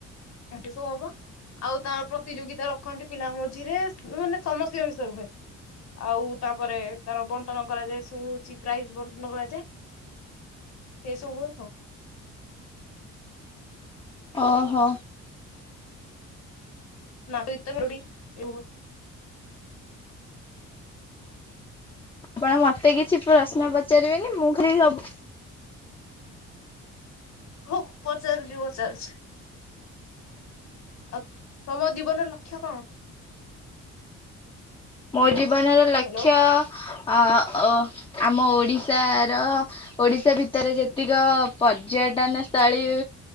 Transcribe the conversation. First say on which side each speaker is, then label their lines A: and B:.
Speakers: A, on the left; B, on the left.
A: ସେ ସବୁ ହବ ଆଉ ତ ପ୍ରତିଯୋଗିତା ରଖନ୍ତି ପିଲାଙ୍କ ମଝିରେ ମାନେ ସମସ୍ତଙ୍କ ବିଷୟରେ ହୁଏ। ଆଉ ତାପରେ ତାର ବଣ୍ଟନ କରାଯାଏ ସବୁ ହଉଛି ପ୍ରାଇସ ବଣ୍ଟନ କରାଯାଏ ସେ ସବୁ ହୁଏ ଆଉ।
B: ଓହୋ।
A: ନାଟ ଗୀତ ମେଲୋଡ଼ି ଏ
B: ଆପଣ ମତେ କିଛି ପ୍ରଶ୍ନ ପଚାରିବେନି ମୁଁ ଖାଲି ସବୁ
A: ହଉ ପଚାରଚି ପଚା ଚାରୁଚି। ଆଉ ତମ ଜୀବନର ଲକ୍ଷ୍ୟ କଣ।
B: ମୋ ଜିିବ ବନର ଲକ୍ଷ୍ୟ।
A: ହ୍ୟାଲୋ
B: ଆ ଅ ଆମ ଓଡ଼ିଶାର ଓଡ଼ିଶା ଭିତରେ ଯେତିକି ପର୍ଯ୍ୟଟନସ୍ଥଳୀ